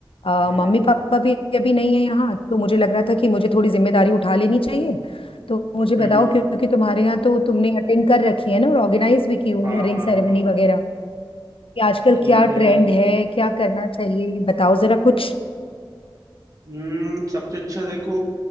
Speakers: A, on the left; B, on the right.
A: आ,
B: हाँ
A: मम्मी पापा भी अभी नहीं है यहाँ तो मुझे लग रहा था कि मुझे थोड़ी जिम्मेदारी उठा लेनी चाहिए तो मुझे बताओ
B: हम्म हम्म
A: क्योंकि तुम्हारे यहाँ तो तुमने अटेंड कर रखी है ना और ऑर्गेनाइज भी की हुई
B: हाँ
A: है रिंग
B: हाँ
A: सेरेमनी
B: हाँ
A: वगैरह कि आजकल
B: ठीक
A: क्या
B: है
A: ट्रेंड है क्या करना चाहिए बताओ जरा कुछ
B: हम्म सबसे अच्छा देखो